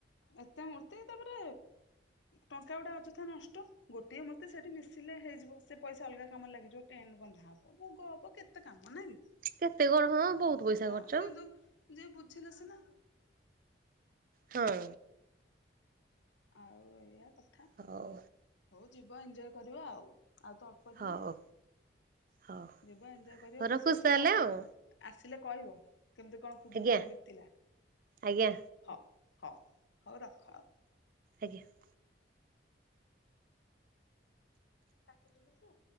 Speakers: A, on the left; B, on the right.
A: ଏତେ ମର୍ତ୍ତ ତାପରେ ଟଙ୍କା ଗୁଡ଼ା ଅଯଥା ନଷ୍ଟ ଗୋଟିଏ ମୂର୍ତ୍ତି ସେଇଠି ମିଶିଲେ ହେଇଯିବ ସେ ପଇସା ଅଲଗା କାମରେ ଲାଗିିବ ଟେଣ୍ଟ ବନ୍ଧା ହବ। ଓ ମୋଗବ କେତେ କାମ ନାଇ
B: କେତେ କଣ ହଁ ବହୁତ। ପଇସା
A: ହଁ
B: ଖର୍ଚ୍ଚ
A: କିନ୍ତୁ ଯିଏ ବୁଝିଲା ସିନା।
B: ହଁ
A: ଆଉ ଏଇଆ କ ଥା
B: ହଉ
A: ହଉ ଯିବ ଏଞ୍ଜୟ କରିବ ଆଉ। ଆଉ ତ ଅଳ୍ପ ଦିନି
B: ହଉ
A: ଆଉ।
B: ହଉ।
A: ଯିବ ଏଞ୍ଜୟ କରିବ
B: ହଉ
A: ଖୁସି
B: ରଖୁଛି
A: ଆସ
B: ତାହେଲେ
A: ବା।
B: ଆଉ
A: ଆସିଲେ କହିବ କେମିତି କଣ ଖୁଦୁରୁକୁଣି
B: ଆଜ୍ଞା
A: ବିତିଲା।
B: ଆଜ୍ଞା
A: ହଁ ହଉ ହଉ ରଖ।
B: ଆଜ୍ଞା।
A: କାଟିଦେଲେ ସେ?